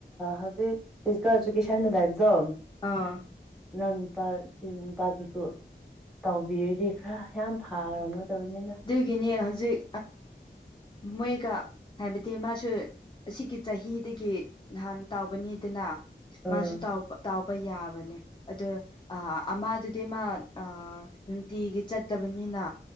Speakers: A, in the centre; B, on the left.
A: ꯍꯧꯖꯤꯛ ꯐꯤꯜ ꯑꯦꯖꯨꯀꯦꯁꯟ ꯂꯕ ꯝ
B: ꯑꯥ
A: ꯅ ꯅꯨꯄꯥ ꯁꯤ ꯅꯨꯄꯥꯗꯨꯁꯨ ꯇꯥꯎꯕꯤꯔꯗꯤ ꯈꯔ ꯌꯥꯝ ꯐꯔꯝꯒꯗꯕꯅꯤꯅ
B: ꯒꯤꯅꯦ ꯍꯧꯖꯤꯛ ꯃꯣꯏꯒ ꯍꯥꯏꯕꯗꯤ ꯃꯥꯁꯨ ꯑꯁꯤꯒꯤ ꯆꯍꯤꯗꯒꯤ ꯅꯍꯥꯟ ꯇꯥꯎꯕꯅꯤꯗꯅ
A: ꯎꯝ
B: ꯃꯥꯁꯨ ꯇꯥꯎꯕ ꯌꯥꯕꯅꯦ ꯑꯗ ꯑꯃꯗꯨꯗꯤ ꯏꯤꯃ ꯅꯨꯡꯇꯤꯒꯤ ꯆꯠꯇꯕꯅꯤꯅ